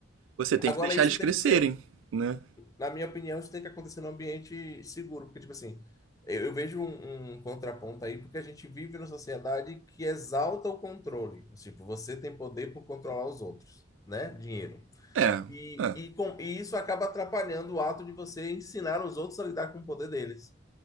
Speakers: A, on the right; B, on the left.
A: Você tem
B: Agora,
A: que deixar
B: isso
A: eles
B: tem
A: crescerem,
B: que ser,
A: né?
B: na minha opinião, isso tem que acontecer num ambiente seguro, porque, tipo assim, eu, eu vejo um, um contraponto aí, porque a gente vive numa sociedade que exalta o controle. Tipo, você tem poder por controlar os outros, né? Dinheiro.
A: É,
B: E,
A: é.
B: e, com, e isso acaba atrapalhando o ato de você ensinar os outros a lidar com o poder deles.